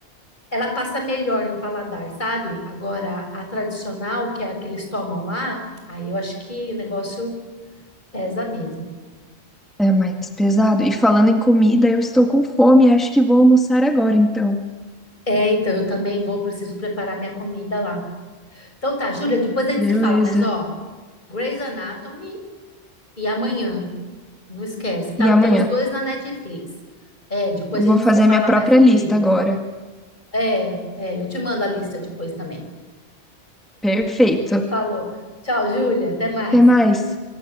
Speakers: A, on the left; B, in the centre.
A: Ela passa melhor no paladar, sabe? Agora, a tradicional, que é a que eles tomam lá, aí eu acho que o negócio pesa mesmo.
B: É mais pesado. E falando em comida, eu estou com fome e acho que vou almoçar agora, então.
A: É, então eu também vou, preciso preparar minha comida lá. Então tá, Júlia, depois a gente
B: Beleza.
A: se fala, mas ó, Grey's Anatomy e amanhã, não esquece, tá?
B: E amanhã?
A: Tem os dois na Netflix. É, depois a
B: Vou
A: gente se
B: fazer
A: fala
B: a minha
A: mais
B: própria
A: sobre
B: lista
A: isso.
B: agora.
A: É, é, eu te mando a lista depois também.
B: Perfeito.
A: Falou. Tchau, Júlia, até mais.
B: Até mais.